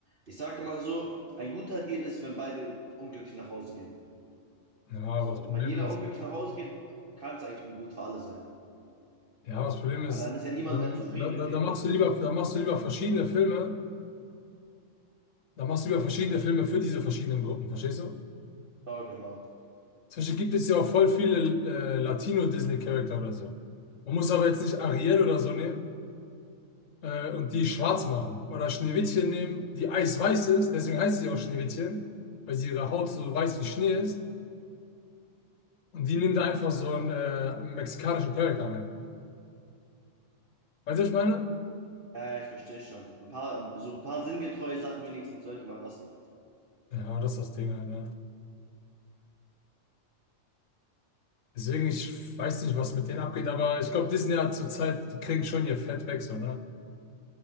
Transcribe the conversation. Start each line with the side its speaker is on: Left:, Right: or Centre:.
Right: Ich sage immer so, ein guter Deal ist, wenn beide unglücklich nach Hause gehen.
Left: Ja, aber
Right: So,
Left: das Problem
Right: und wenn jeder
Left: ist,
Right: unglücklich nach Hause geht, kann es eigentlich nur gut für alle sein.
Left: ja, das Problem ist,
Right: Weil dann ist ja niemand
Left: da,
Right: mehr zufrieden
Left: da, da
Right: mit dem,
Left: da machst
Right: weißt
Left: du lieber,
Right: du?
Left: da machst du lieber verschiedene Filme Da machst du ja verschiedene Filme für diese verschiedenen Gruppen, verstehst du?
Right: Ja, genau.
Left: Zum Beispiel gibt es ja auch voll viele äh, Latino-Disney-Charakter oder so. Man muss aber jetzt nicht Ariel oder so nehmen äh, und die schwarz machen. Oder Schneewittchen nehmen, die eisweiß ist, deswegen heißt sie auch Schneewittchen, weil sie ihre Haut so weiß wie Schnee ist. Und die nehmen da einfach so einen äh, mexikanischen Charakter rein. Weißt du, was ich meine?
Right: Ja, ich verstehe schon. Ein paar, so ein paar sinngetreue Sachen wenigstens sollte man lassen.
Left: Ja, das ist das Ding halt, ne? Deswegen, ich weiß nicht, was mit denen abgeht, aber ich glaube, Disney hat zurzeit, die kriegen schon ihr Fett weg, so, ne?